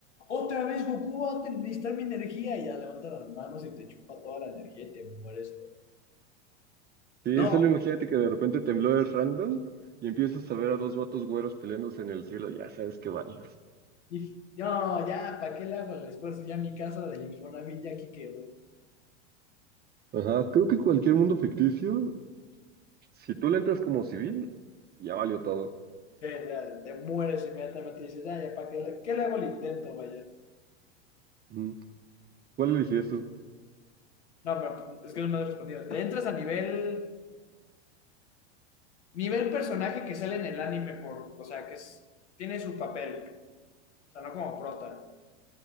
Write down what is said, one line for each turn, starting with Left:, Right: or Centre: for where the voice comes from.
Left: otra vez Goku va a te- necesitar mi energía y ya levanta las manos y te chupa toda la energía y te mueres. ¿eh?
Right: Sí,
Left: No,
Right: solo imagínate que de repente temblores random y empiezas a ver a dos vatos güeros peleándose en el cielo, ya sabes que valió.
Left: Dije, no, ya, ¿para qué le hago el esfuerzo? Ya mi casa del Infonavit ya aquí quedó.
Right: Ajá, creo que cualquier mundo ficticio, si tú le entras como civil, ya valió todo.
Left: Sí, ya, te mueres inmediatamente y dices, ya, ya, ¿para qué, le- qué le hago el intento, vaya?
Right: Ujú. ¿Cuál elegirías tú?
Left: No, pero es que no me has respondido. Te entras a nivel, nivel personaje que sale en el anime por, o sea, que es- tiene su papel, o sea, no como prota.